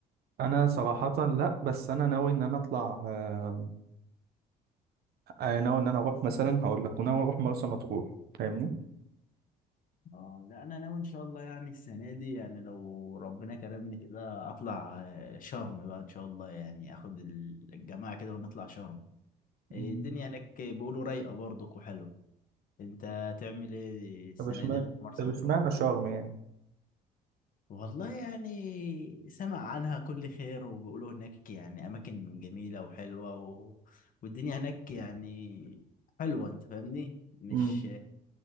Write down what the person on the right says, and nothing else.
أنا صراحة لأ بس أنا ناوي إن أنا أطلع آم، أنا ناوي إن أنا أروح مثلا هقول لك ناوي أروح مرسى مطروح فاهمني؟
مم.
طب اشمعنى
طب
اشمعنى شرم يعني؟
امم